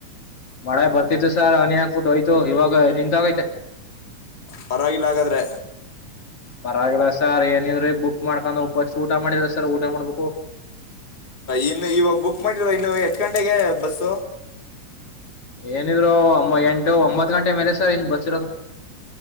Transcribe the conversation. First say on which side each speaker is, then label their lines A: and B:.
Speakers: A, on the left; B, on the left.
A: ಮಳೆ ಬರ್ತಿತ್ತು ಸರ್ ಹನಿಾಕ್ಬಿಟ್ಟುೋಯ್ತು ಇವಾಗ ನಿಂತಾಗೈತ
B: ಪರವಾಗಿಲ್ಲ ಹಾಗಾದ್ರೆ
A: ಪರವಾಗಿಲ್ಲ ಸರ್ ಏನವ್ರೀ ಬುಕ್ ಮಾಡ್ಕೊಂಡುಸ್ ಊಟ ಮಾಡಿಲ್ಲ ಸರ್ ಊಟ ಮಾಡ್ಬೇಕು
B: ಇನ್ನು ಇವಾಗ ಬುಕ್ ಮಾಡಿದ ಇನ್ನು ಎಷ್ಟ್ ಗಂಟೆಗೆ ಬಸ್ಸ
A: ಏನಿದ್ರು ಎಂಟು ಒಂಬತ್ ಗಂಟೆ ಮೇಲೆ ಸರ್ ಇನ್ ಬಸ್ ಇರೋದು